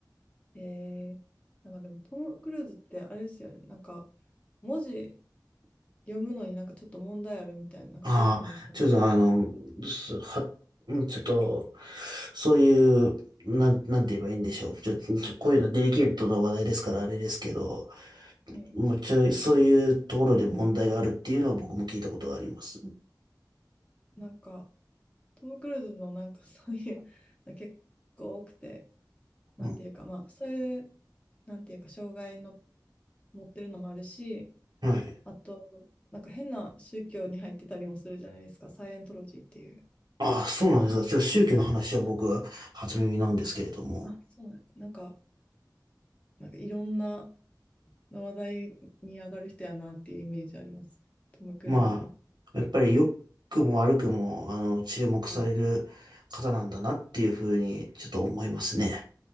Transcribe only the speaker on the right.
ああ、ちょっとあの、すは、うんちょっと、そういう、なん、なんて言えばいいんでしょう。ちょ、ちょ、こういうのデリケートな話題ですから、あれですけど、
もちろそういうところで問題があるっていうのは僕も聞いたことがあります。
うん。
はい。
ああ、そうなんですか。ちょ、宗教の話は僕は初耳なんですけれども。
まあ、やっぱり良くも悪くも、あの、注目される方なんだなっていうふうに、
ちょっと思いますね。